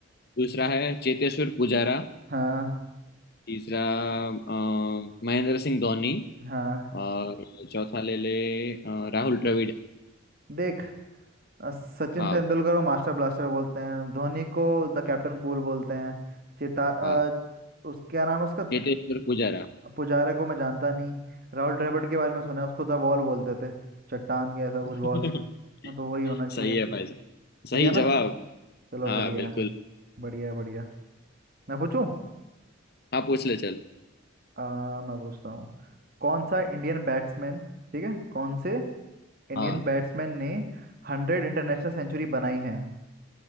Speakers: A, on the left (about 50°); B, on the right (about 45°).
A: दूसरा है चेतेश्वर पुजारा
B: हाँ
A: तीसरा अ, महेंद्र सिंह धोनी
B: हाँ
A: और चौथा ले ले अ, राहुल द्रविड़
B: देख अ, सचिन
A: हाँ
B: तेंदुलकर को मास्टर ब्लास्टर बोलते हैं धोनी को द कैप्टन कूल बोलते हैं चेता
A: हाँ
B: अ, उस क्या नाम है उसका
A: चेतेश्वर पुजारा
B: अ, पुजारा को मैं जानता नहीं राहुल द्रविड़ के बारे में सुना है उसको द वॉल बोलते थे चट्टान के ऐसा
A: <laughs>
B: कुछ वॉल हाँ तो वही होना चाहिए
A: सही है भाई
B: सही
A: सही
B: है ना
A: जवाब
B: चलो
A: हाँ
B: बढ़िया
A: बिल्कुल
B: है बढ़िया है बढ़िया मैं पूछूं
A: हाँ पूछ ले चल
B: आ, मैं पूछता हूँ कौन सा इंडियन बैट्समैन ठीक है कौन से इंडियन
A: हाँ
B: बैट्समैन ने हंड्रेड इंटरनेशनल सेंचुरी बनाई है